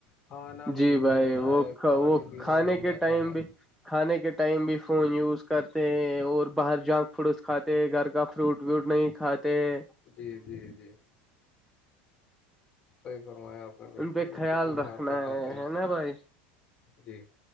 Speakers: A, on the left; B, in the centre.
A: کھانا
B: جی
A: بھی بھول
B: بھائی
A: جاتا
B: وہ
A: ہے
B: وہ
A: پانی پینا
B: کھانے
A: بھول
B: کے
A: جاتا
B: ٹائم
A: ہے
B: بھی کھانے کے ٹائم بھی فون یوز کرتے ہیں اور باہر جنک فوڈس کھاتے ہیں گھر کا فروٹ ووٹ نہیں کھاتے ہے
A: جی جی جی صحیح فرمایا آپ ہاں بالکل
B: ان پہ خیال
A: کی باہر
B: رکھنا
A: کا کھاتے
B: ہے
A: ہیں
B: ہے نا بھائی
A: جی